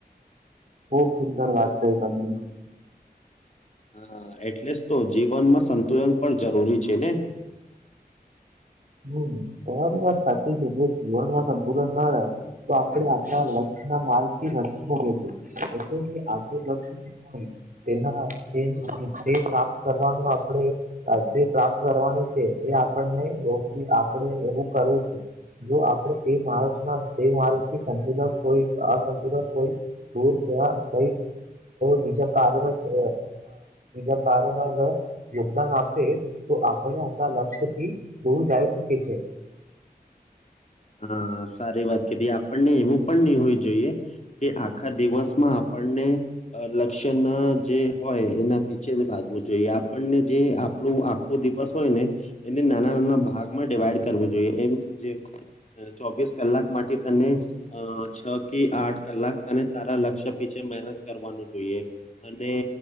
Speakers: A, on the right; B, on the left.
A: ખૂબ સુંદર વાતતાય તમને
B: હા એટલે જ તો જીવનમાં સંતુલન પણ જરૂરી છે ને
A: હમ તમારી વાત સાચી છે જો જીવનમાં સંતુલન ના રહે તો આપડણે આણા વ ના માર્ગથી વ મશું એટલે કે આપડ તેના જે કપ કરવાનું આપણે જે ત્રાપ કરવાનું છે એ આપણને આપણેે એવું કરવું છે જો આપણે તે માણસ ના માણસથી સંતુલન હોય અસંતુલન હોય દૂર થ ક બીજા કાર્ય છે જ કાર્યમાં યોગદાન આપે તો આપને આપણા લક્ષ્ય થી દૂર જાય છે
B: હા સારી વાત કીધી આપણને એવું પણ નહી હોય જોઈએ કે
A: આપણા
B: આખા
A: દિવસ-
B: દિવસમાં આપણને લક્ષ્ય ના જે હોય એના પીછે જ ભાગવું જોઈએ આપણને જે આપણું દિવસ હોય ને એને નાના નાના ભાગમાં ડિવાઈડ કરવું જોઈએ એમ કે જેમ અ, ચોવીસ કલાક માટે તને અ છ થી આઠ કલાક તને તારા લક્ષ્ય પીછે મહેનત કરવાનું જોઈએ અને